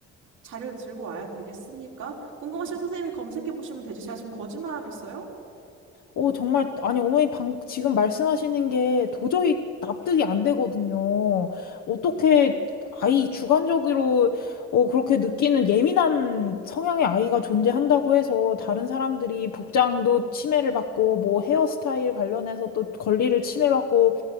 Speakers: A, on the right; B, on the left.
A: 자료를 들고 와야 되겠습니까? 궁금하시면 선생님이 검색해 보시면 되지. 제가 지금 거짓말 하겠어요?
B: 오, 정말, 아니, 어머니 방, 지금 말씀하시는 게 도저히 납득이 안 되거든요. 어떻게 아이 주관적으로 어, 그렇게 느끼는 예민한 성향의 아이가 존재한다고 해서 다른 사람들이 복장도 침해를 받고 뭐 헤어스타일 관련해서 또 권리를 침해받고